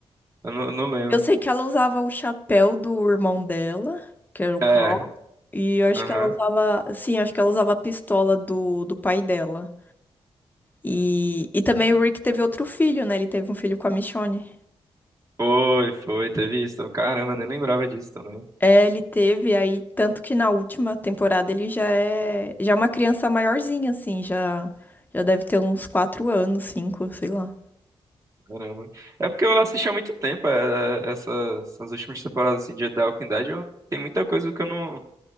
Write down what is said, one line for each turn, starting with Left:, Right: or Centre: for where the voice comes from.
Right: Eu não, não lembro.
Left: Eu sei que ela usava o chapéu do irmão dela, que era o
Right: É,
Left: Carl. E eu acho
Right: aham.
Left: que ela usava. Sim, acho que ela usava a pistola do, do pai dela. E, e também o Rick teve outro filho, né? Ele teve um filho com a Michonne.
Right: Foi, foi, teve isso. Caramba, nem lembrava disso também.
Left: É, ele teve aí, tanto que na última temporada ele já é já é uma criança maiorzinha, assim, já já deve ter uns quatro anos, cinco, sei lá.
Right: Caramba. É porque eu assisti há muito tempo é, essa- essas últimas temporadas assim, de The Walking Dead. Eu, tem muita coisa que eu não,